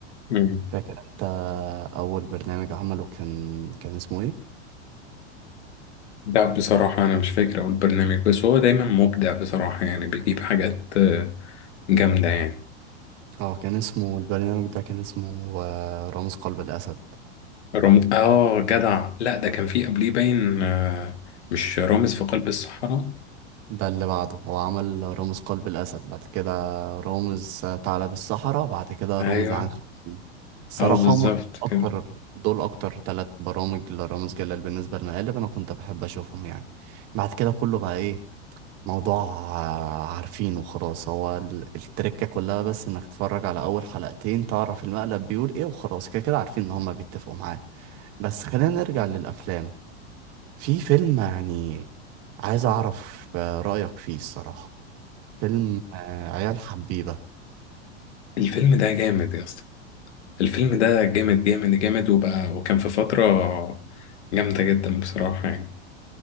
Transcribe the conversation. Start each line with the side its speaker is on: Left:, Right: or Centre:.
Left: مم.
Right: فاكر انت أول برنامج عمله كان كان اسمه ايه؟
Left: لا بصراحة أنا مش فاكر أو البرنامج بس هو دايما مبدع بصراحة يعني بيجيب حاجات آه، جامدة يعني
Right: اه كان اسمه البرنامج ده كان اسمه آه، رامز قلب الأسد
Left: رم... آه جدع لا ده كان في قبليه باين آه، مش رامز في قلب الصحراء
Right: ده اللي بعده هو عمل رامز قلب الأسد بعد كده رامز ثعلب الصحراء بعد كده
Left: أيوه
Right: رامز عنخ الأمين الصراحة
Left: أه بالظبط
Right: هم أكتر
Left: كده
Right: دول أكتر تلات برامج لرامز جلال بالنسبة للمقالب أنا كنت بحب أشوفهم يعني بعد كده كله بقى ايه موضوع آه، عارفينه خلاص هو ال- التركة كلها بس انك تتفرج على اول حلقتين تعرف المقلب بيقول ايه وخلاص كده كده عارفين ان هما بيتفقوا معاه بس خلينا نرجع للافلام في فيلم يعني عايز اعرف آه، رأيك فيه الصراحة فيلم آه، عيال حبيبة
Left: الفيلم ده جامد يا اسطى الفيلم ده جامد جامد جامد وبقى وكان في فترة جامدة جدا بصراحة يعني